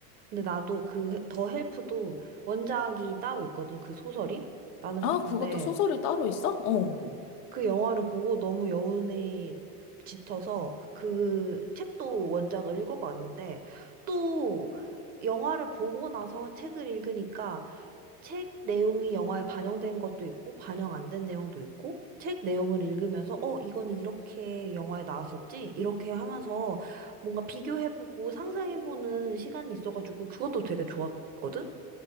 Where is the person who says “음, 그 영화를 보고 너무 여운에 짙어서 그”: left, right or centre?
Right